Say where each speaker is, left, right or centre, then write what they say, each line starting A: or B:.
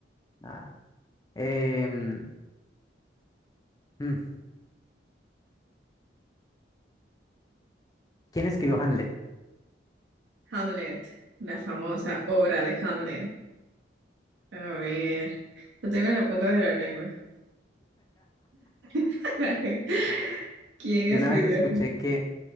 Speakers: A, on the left; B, on the right.
A: Nada. Em, mm, ¿quién escribió Hamlet?
B: Hamlet, la famosa obra de Hamlet. A ver, lo tengo en la punta de la lengua. <laughs> ¿Quién escribió?
A: Yo una vez escuché que